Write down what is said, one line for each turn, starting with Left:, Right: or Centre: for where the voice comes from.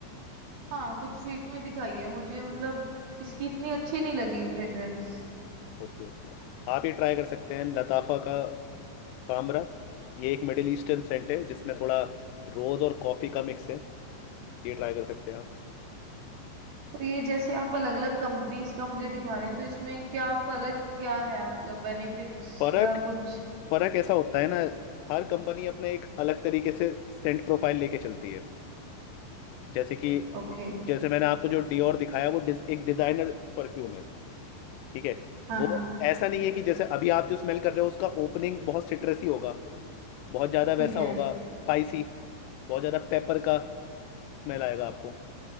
Right: हाँ कुछ स्वीट में दिखाई है मुझे मतलब इसकी इतनी अच्छी नहीं लगी फ्रेग्रेंस
Left: Okay okay आप ये ट्राई कर सकते हैं लताफा का कामरा ये एक मिडिल ईस्टर्न सेंट है जिसमें थोड़ा रोज और कॉफी का मिक्स है ये ट्राई कर सकते हैं आप
Right: तो ये जैसे आप अलग अलग कंपनीज का मुझे दिखा रहे हैं तो इसमें क्या फर्क क्या है मतलब बेनिफिट्स
Left: फर्क
Right: या कुछ
Left: फर्क ऐसा होता है ना हर कंपनी अपने एक अलग तरीके से सेंट प्रोफाइल लेके चलती है जैसे कि
Right: ओके
Left: जैसे मैंने आपको जो डियोर दिखाया वो डिज, एक डिजाइनर परफ्यूम है ठीक है
Right: हाँ
Left: वो
Right: हाँ
Left: ऐसा नहीं है कि जैसे अभी आप जो स्मेल कर रहे हो उसका ओपनिंग बहुत सिट्रसी होगा बहुत ज्यादा वैसा
Right: ठीक है
Left: होगा स्पाइसी बहुत ज्यादा पेपर का स्मेल आएगा आपको